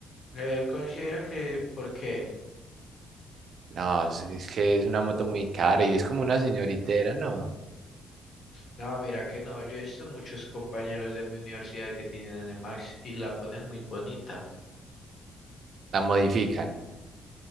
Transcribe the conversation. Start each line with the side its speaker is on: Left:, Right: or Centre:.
Left: Eh, considera que, ¿por qué?
Right: No, es, es que es una moto muy cara y es como una señoritera, no,
Left: No, mira que no, yo he visto muchos compañeros de mi universidad que tienen Nemax y la ponen muy bonita.
Right: la modifican.